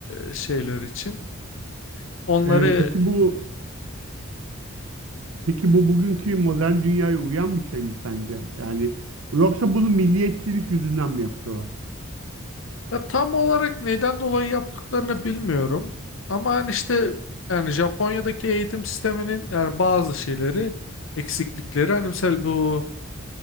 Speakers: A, on the left; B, on the right.
A: e, şeyler için. Onları
B: Ee, peki bu peki bu bugünkü modern dünyaya uyan bir şey mi sence? Yani yoksa bunu milliyetçilik yüzünden mi yapıyorlar?
A: ya tam olarak neden dolayı yaptıklarını bilmiyorum. Ama hani işte yani Japonya'daki eğitim sisteminin yani bazı şeyleri eksiklikleri hani mesela bu